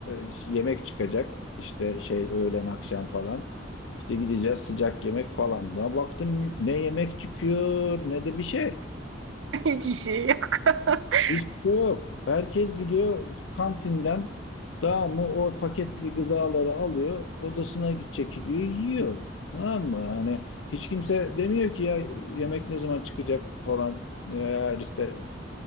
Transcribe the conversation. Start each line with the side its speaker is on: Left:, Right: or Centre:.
Left: e, yemek çıkacak. İşte şey öğlen akşam falan. İşte gideceğiz sıcak yemek falan. Ben baktım ne yemek çıkıyor ne de bir şey.
Right: Hiçbir şey yok. <laughs>
Left: Hiç yok. Herkes gidiyor kantinden tamam mı o paketli gızaları alıyor odasına gidecek gidiyor yiyor. Tamam mı? Yani hiç kimse demiyor ki ya yemek ne zaman çıkacak falan eğer işte